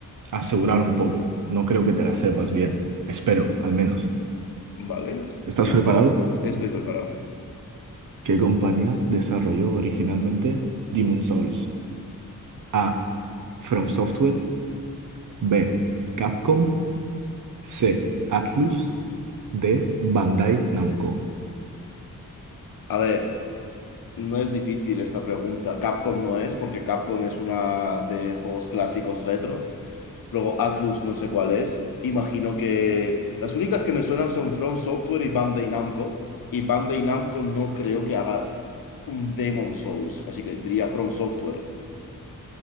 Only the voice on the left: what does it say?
Vale, es-
dime.
Estoy preparado.
A ver, no es difícil esta pregunta. Capcom no es, porque Capcom es una de juegos clásicos retro. Luego Atlus no sé cuál es. Imagino que las únicas que me suenan son From Software y Bandai Namco. Y Bandai Namco no creo que haga un Demon Souls, así que diría From Software.